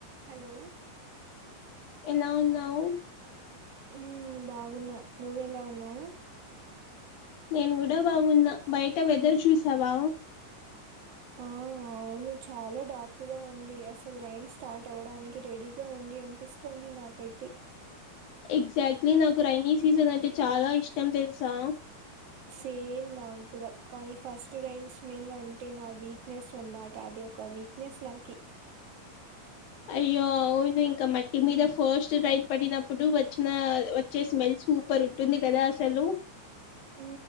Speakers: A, on the right (about 65°); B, on the left (about 65°).
A: Hello
B: ఎలా ఉన్నావు
A: ఊ బాగున్న నువ్వు ఎలా ఉన్నావ్
B: నేను కూడా బాగున్న బయట వెదర్ చూసావా
A: ఆ అవును చాలా డార్క్ గా ఉంది అసలు రైన్ స్టార్ట్ అవ్వడానికి రెడీగా ఉంది అనిపిస్తోంది నాకైతే
B: ఎగ్జాక్ట్లీ నాకు రైనీ సీజన్ అంటే చాలా ఇష్టం తెలుసా
A: సేమ్ నాకు కూడా కానీ ఫస్ట్ రైన్ స్మెల్ అంటే నా వీక్నెస్ అనమాట అది ఒక వీక్నెస్ నాకి
B: అయ్యోయ్ ఇంకా మట్టి మీద ఫస్ట్ రైన్ పడినప్పుడు వచ్చిన వచ్చే స్మెల్ సూపర్ ఉంటుంది కదా సలు
A: ఉ